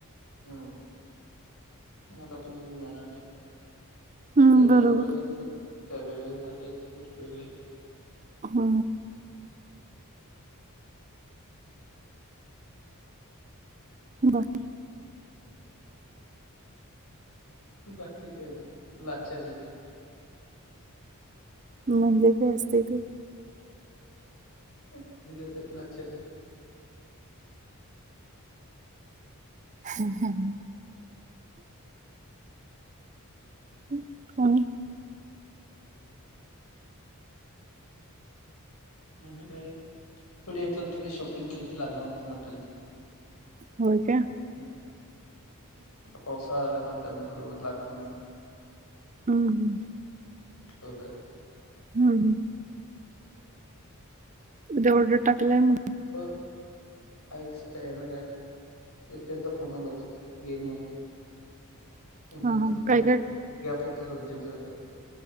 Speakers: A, on the left; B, on the right.
A: हा. मला पण वेळ मिळणार नाही
B: हं
A: तरी
B: बरोबर
A: जमलं अस. त्या वेळे झाल्या गोष्टी वगैरे
B: हा बाकी
A: बाकी अ लाचारी
B: म्हणजे काय असतय ते
A: अम् ए जसट लाच्छाजी
B: हम्म. हं आणि
A: म्ह ते थोडी येतान थोडी शॉपिंग केली लागणार असं म्हटल ते
B: होय त्या
A: हं... आता पावसाळा आला ना त्यामुळ थोडं वद लागत न.
B: हम्म.........
A: होतं
B: हम्म हं जेवढे टाकलाय मग
A: हो.... आईक्सपॅनोवेअर त्यांचा फोन आला होता येईन म्हण ो
B: हां
A: तन
B: हां
A: दि
B: काय काय
A: गॅप होतात त